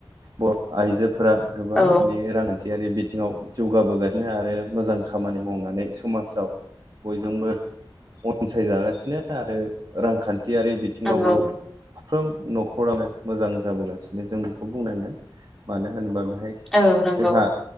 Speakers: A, on the right; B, in the centre.
A: बर आइजो फोरा गोबां
B: औ
A: माने रांखान्थियारि बिथिङाव जौगाबोगासिनो आरो मोजां खामानि मावनानै समाजाव बयजोंबो अनसायजागासिनो आरो रांखान्थियारि बिथिङावबो
B: नंगौ
A: साफ्रोम न'खरानो मोजां जाबोगासिनो जों बेखौ बुंनांगोन। मानो होनोबा बेहाय
B: औ नंगौ
A: जोंहा